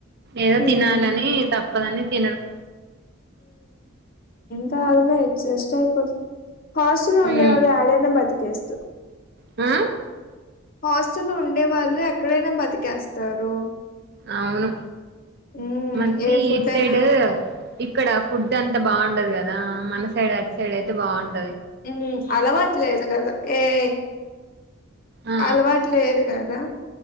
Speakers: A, on the right; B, on the left.
A: ఏదో
B: ఉమ్
A: తినాలని తప్పదని తినడం
B: పార్లేదు డ్జస్ట్ అయైపోత్ హాస్టల్
A: తినడం
B: లో ఉండే వాళ్ళు ఏడైనా బతిక్ చేస్తూ
A: ఆ
B: హాస్టల్ ఉండే వాళ్ళు ఎక్కడైనా బతికేస్తారు
A: అవును
B: ఉమ్
A: మళ్ళీ
B: ఏ ఫుడ్
A: ఇట్ సైడు
B: అయినా
A: ఇక్కడ ఫుడ్ అంతా బాగుండదు కదా, మన సైడ్ అటు సైడ్ అయితే బాగుంట
B: మ్మ్ అలవాటు లేదు కదా ఏయ్
A: ఆ
B: అలవాటు లేదు కదా